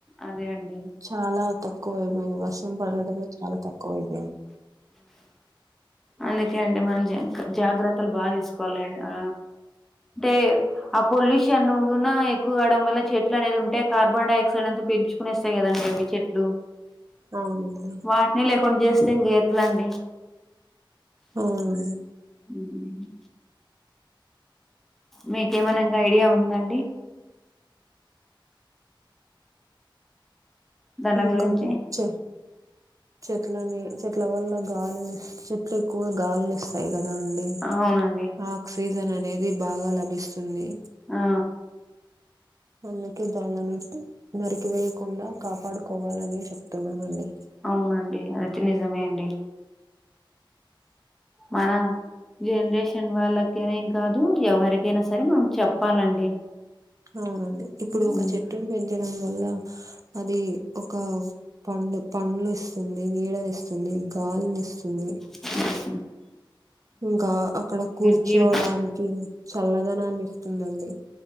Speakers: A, in the centre; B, on the right (about 40°).
A: అదే అండి
B: చాలా తక్కువ అయిపోయింది వర్షం పడటమే చాలా తక్కువ అయింది
A: ఆ అందుకే అండి మనం జ జాగ్రత్తలు బాగా తీసు కోలే ఆ దే అప్ పొల్యూషన్ కూనా ఎకువడం వల్ల చెట్లు అనేది ఉంటే కార్బన్ డ ఆక్సైడ్ అంత పీలుచుకునేస్త వస్తాయి కదండి అవి చెట్లు
B: అవునండి
A: వాటిని లేకుండా చేస్తే ఇంకా ఎట్లాండి
B: అవునండీ
A: మ్ మీకేమనా ఇంగ ఐడియా ఉందండి దాని
B: ఇంకానా
A: గురించి
B: చె చెట్లని చెట్ల వల్ల గాలిని చెట్లు ఎక్కువ గాలిని ఇస్ స్తాయి కదా అండి
A: అవునండి
B: ఆక్సజన్ అనేది బాగా లభిస్తుంది
A: ఆ
B: అందుకే దాంల నట్టి నరికివేయకుండా కాపాడుకోవాలని చెప్తున్నానండి
A: అవునండి అయితే నిజమే అండి మన జనరేషన్ వాళ్ళకైనా ఏం కాదు ఎవరికైనా సరే మనం చెప్పాలండి
B: అవునండి ఇప్పుడు ఒక
A: ఉమ్
B: చెట్టును పెంచడం వల్ల అది ఒక పండ్ పండ్లు ఇస్తుంది నీడని ఇస్తుంది గాలిని ఇస్తుంది
A: ఉ
B: ఇంకా అక్కడ కూర్చోవడానికి
A: జీవి
B: చల్లదనాన్ని ఇస్తుందండి